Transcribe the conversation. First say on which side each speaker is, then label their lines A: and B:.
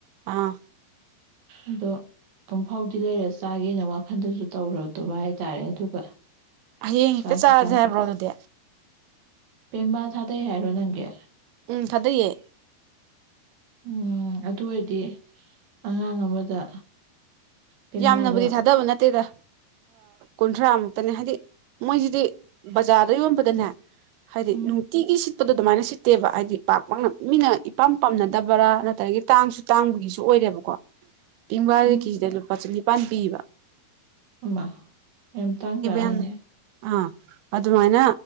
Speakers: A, on the right (about 85°); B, on the right (about 65°).
A: ꯑꯥ
B: ꯑꯗꯣ ꯑꯃꯝꯐꯥꯎꯗꯤ ꯂꯩꯔ ꯆꯥꯒꯦꯅ ꯋꯥꯈꯟꯗꯁꯨ ꯇꯧꯔꯗꯕ ꯍꯥꯏꯇꯥꯔꯦ ꯑꯗꯨꯒ
A: ꯍꯌꯦꯡ
B: ꯆꯥꯖ
A: ꯍꯦꯛꯇ ꯆꯥꯔꯁꯦ
B: ꯆꯥꯖ
A: ꯍꯥꯏꯕ꯭ꯔꯣ ꯑꯗꯨꯗꯤ
B: ꯄꯦꯡꯕꯥ ꯊꯥꯗꯩ ꯍꯥꯏꯔꯣ ꯅꯪꯒꯤ
A: ꯎꯝ ꯊꯥꯗꯩꯌꯦ
B: ꯎꯝ ꯑꯗꯨ ꯑꯣꯏꯔꯗꯤ ꯑꯉꯥꯡ ꯑꯃꯗ ꯄꯦꯡꯕꯥꯗꯣ
A: ꯌꯥꯝꯅꯕꯨꯗꯤ ꯊꯥꯗꯕ ꯅꯠꯇꯦꯗ ꯀꯨꯟꯊ꯭ꯔꯥꯃꯨꯛꯇꯅꯦ ꯍꯥꯏꯗꯤ ꯃꯣꯏꯁꯤꯗꯤ ꯕꯖꯥꯔꯗ ꯌꯣꯟꯕꯗꯅꯦ ꯍꯥꯏꯗꯤ
B: ꯎꯝ
A: ꯅꯨꯡꯇꯤꯒꯤꯁꯤ ꯎꯠꯄꯗ ꯑꯗꯨꯃꯥꯏꯅ ꯁꯤꯠꯇꯦꯕ ꯍꯥꯏꯗꯤ ꯄꯥꯛ ꯄꯥꯛꯅ ꯃꯤꯅ ꯏꯄꯥꯝ ꯄꯝꯅꯗꯕ꯭ꯔꯥ ꯅꯠꯇ꯭ꯔꯒ ꯇꯥꯡꯁꯨ ꯇꯥꯡꯕꯒꯤꯁꯨ ꯑꯣꯏꯔꯦꯕꯀꯣ ꯄꯦꯡꯕꯥꯁꯦ
B: ꯎꯝ
A: ꯀꯦꯖꯤꯗ ꯂꯨꯄꯥ ꯆꯅꯤꯄꯥꯟ ꯄꯤꯕ
B: ꯑ ꯃ ꯇꯥꯡꯖꯥꯅꯤꯅꯦ
A: ꯌꯥꯝꯅ ꯑꯥ ꯑꯗꯨꯃꯥꯏꯅ